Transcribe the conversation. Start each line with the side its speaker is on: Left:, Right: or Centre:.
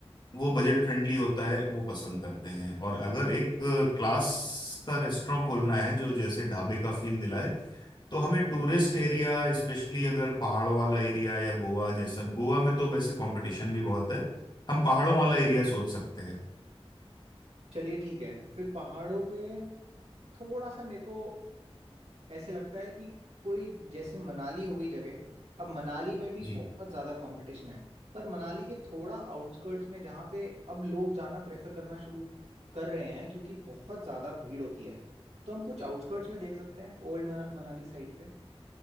Left: वो बजट फ्रेंडली होता है वो पसंद करते हैं और अगर एक क्लास का रेस्टोरेंट खोलना है जो जैसे ढाबे का फील दिलाए तो हमें टूरिस्ट एरिया स्पेशली अगर पहाड़ों वाला एरिया या गोवा जैसा गोवा में तो वैसे कंपटीशन भी बहुत है हम पहाड़ों वाला एरिया सोच सकते हैं
Right: चलिए ठीक है फिर पहाड़ों पे थोड़ा सा मेरे को ऐसे लगता है कि कोई जैसे मनाली हो गई जगह अब मनाली में भी
Left: जी
Right: बहुत ज्यादा कंपटीशन है पर मनाली के थोड़ा आउटस्कर्ट्स में जहाँ पे अब लोग जाना प्रेफर करना शुरू कर रहे हैं क्योंकि बहुत ज्यादा भीड़ होती है तो हम कुछ आउटस्कर्ट्स में देख सकते हैं ओल्ड मना, मनाली साइड पे